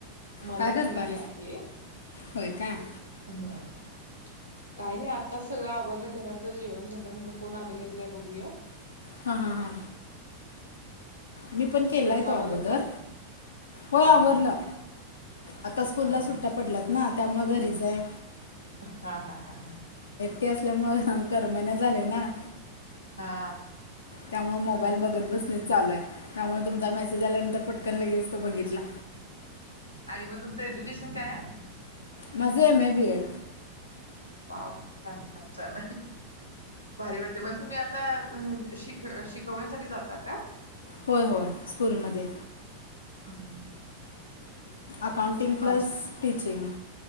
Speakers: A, on the left (about 90°); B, on the left (about 70°).
A: मला
B: काय करताय
A: एक मुलगी आहे.
B: होय काय?
A: हम् काही नाही आत्ताच सगळं आव आपल्या घरातलं जेवण झालं म्हनल कोण अबेलेबल आहे बघूया?
B: हा हा हा. मी पण केलाय
A: तुमचं
B: तो
A: आवरलं
B: अगोदर.
A: सगळं?
B: होय
A: हा
B: आवरलं.
A: हा हा
B: आता स्कूलला
A: हा हा
B: सुट्ट्या पडल्यात ना. त्यामुळं घरीचं हाय.
A: हा हा हा.
B: ते असल्यामुळे करमना झालय ना
A: हा
B: त्यामुळे मोबाईल बघत बसणेच चालू आहे. त्यामुळे तुमचा मेसेज आल्यानंतर पटकन लगेच तो बघितला.
A: आणि मग तुमचं एज्युकेशन काय हाय?
B: माझं M A B Ed.
A: Wow छान, छान, छान. भारी वाटते मन तुम्ही आता ता शिक-शिकवण्यासाठी जाता का?
B: होय होय स्कूलमध्ये.
A: हं.
B: अकाउंटिंग
A: माझी
B: प्लस टीचिंग.